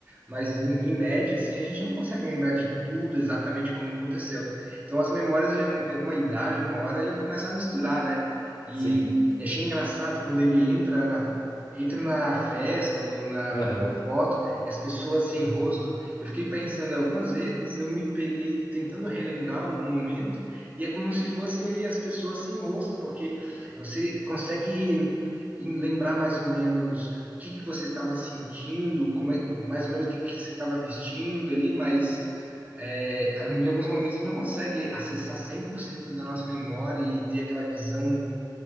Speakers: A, on the right (about 20°); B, on the left (about 75°).
A: mas em, em média, assim, a gente não consegue lembrar de tudo exatamente como aconteceu. Então, as memórias, de, em alguma idade, alguma hora, ele começa a misturar, né? E,
B: sim. <laughs>
A: e achei engraçado quando ele entra na, entra na festa ou na,
B: Aham.
A: numa foto e as pessoas sem rosto. Eu fiquei pensando algumas vezes, eu me peguei tentando relembrar algum momento e é como se fossem ele e as pessoas sem rosto, porque você consegue em- lembrar mais ou menos que, que você estava sentindo, como é- mais ou menos o que, que você estava vestindo ali, mas é, em alguns momentos a gente não consegue acessar 100% da nossa memória e ter aquela visão